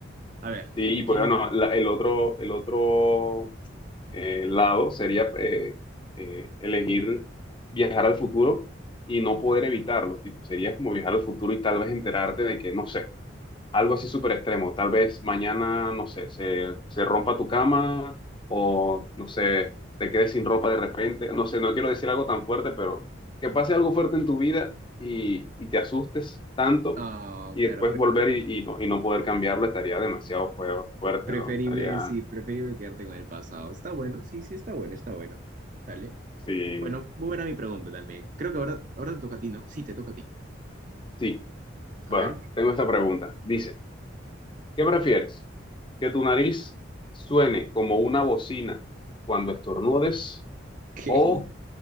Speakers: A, on the right (about 40°); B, on the left (about 25°).
A: A ver,
B: Sí, y pues
A: ¿quién
B: bueno,
A: le...
B: la- el otro, el otro eh, lado sería eh, eh, elegir viajar al futuro y no poder evitarlo, tipo, sería como viajar al futuro y tal vez enterarte de que, no sé algo así súper extremo. Tal vez mañana, no sé, se, se rompa tu cama o, no sé, te quedes sin ropa de repente. No sé, no quiero decir algo tan fuerte, pero que pase algo fuerte en tu vida y, y te asustes tanto
A: No,
B: y
A: claro,
B: después volver y, y no, y no poder cambiarlo estaría demasiado fue- fuerte,
A: Preferible,
B: ¿no? Estaría,
A: sí, preferible quedarte con el pasado. Está bueno, sí, sí, está bueno, está bueno. Dale.
B: sí,
A: Bueno, muy buena mi pregunta también. Creo que ahora, ahora te toca a ti, ¿no? Sí, te toca a ti.
B: sí. Bueno,
A: A ver,
B: tengo esta pregunta. Dice, ¿qué prefieres? ¿Que tu nariz suene como una bocina cuando estornudes
A: <laughs> ¿qué?
B: o